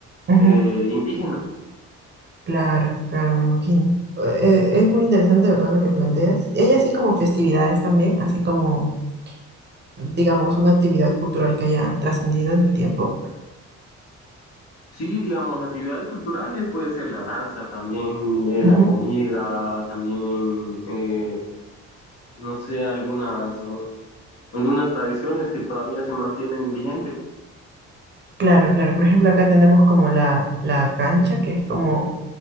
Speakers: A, on the right; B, on the left.
A: Ujú,
B: eh, indígena.
A: Claro, claro, me imagino. Eh, es muy interesante, ¿verdad? Lo que planteas. Y hay así como festividades también, así como, digamos, una actividad cultural que haya trascendido en el tiempo.
B: Sí, digamos, actividades culturales puede ser la danza también, eh,
A: Ujú.
B: la comida, también, eh, no sé, algunas, algunas tradiciones que todavía se mantienen vigentes.
A: Claro, claro. Por ejemplo, acá tenemos como la, la cancha, que es como